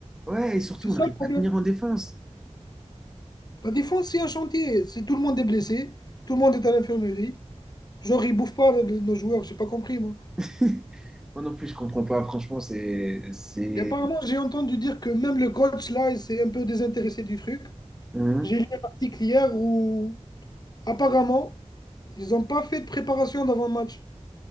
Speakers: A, in the centre; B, on the left.
A: ouais, et surtout,
B: C'est
A: on
B: ça
A: n'arrive
B: le problème.
A: pas à tenir en défense.
B: La défense, c'est un chantier. C'est tout le monde est blessé, tout le monde est à l'infirmerie. Genre, ils bouffent pas le- nos joueurs, j'ai pas compris, moi.
A: <laughs> Moi non plus, je comprends pas. Franchement, c'est, c'est.
B: Et apparemment, j'ai entendu dire que même le coach, là, il s'est un peu désintéressé du truc.
A: Hum,
B: J'ai lu un article hier où, apparemment, ils n'ont pas fait de préparation d'avant le match.